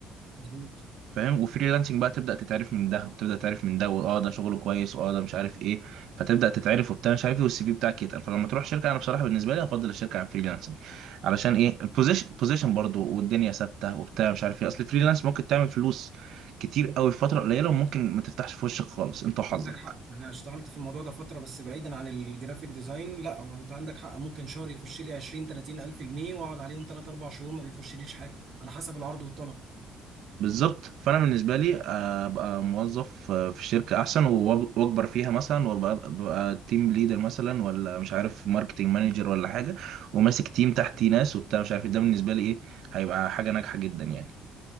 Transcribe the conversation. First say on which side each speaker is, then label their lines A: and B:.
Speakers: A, on the right; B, on the right.
A: مظبوط
B: فاهم وفريلانسنج بقى تبدا تتعرف من ده وتبدا تعرف من ده واه ده شغله كويس واه ده مش عارف ايه فتبدا تتعرف وبتاع مش عارف ايه والسي في بتاعك يتقل فلما تروح شركه انا بصراحه بالنسبه لي افضل الشركه عن فريلانسنج علشان ايه البوزيشن بوزيشن برضه والدنيا ثابته وبتاع مش عارف ايه اصل الفريلانس ممكن تعمل فلوس كتير قوي في فتره قليله وممكن ما تفتحش في وشك خالص انت وحظك
A: عندك حق انا اشتغلت في الموضوع ده فترة بس بعيدا عن الجرافيك ديزاين لا هو انت عندك حق ممكن شهر يخش لي 20 30 الف جنيه واقعد عليهم 3 4 شهور ما بيخشليش حاجة على حسب العرض والطلب
B: بالظبط فانا بالنسبه لي آه، ابقى موظف آه، في شركه احسن وأب- واكبر فيها مثلا وابقى أبقى تيم ليدر مثلا ولا مش عارف ماركتنج مانجر ولا حاجه وماسك تيم تحتي ناس وبتاع مش عارف إيه. ده بالنسبه لي ايه هيبقى حاجه ناجحه جدا يعني